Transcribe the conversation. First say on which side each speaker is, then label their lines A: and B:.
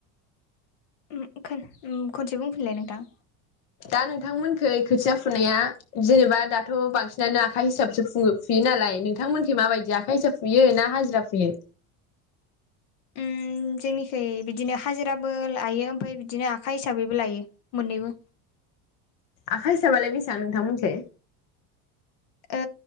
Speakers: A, on the left (about 70°); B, on the left (about 50°).
A: उम खन-खनसे बुंफिनलाय नोंथां।
B: दा नोंथांमोनखै खोथिया फुनाया जेनेबा दाथ' बांसिनानो आखा हिसाबसो फु-फुयो नालाय नोंथांमोनखि माबायदि आखा हिसाब फुयो ना हाजिरा फुयो?
A: उम जोंनिखै बिदिनो हाजिराबो लायो ओमफ्राय बिदिनो आखा हिसाबैबो लायो। मोननैबो।
B: आखा हिसाबालाय बेसेबां नोंथां मोनखै?
A: ओ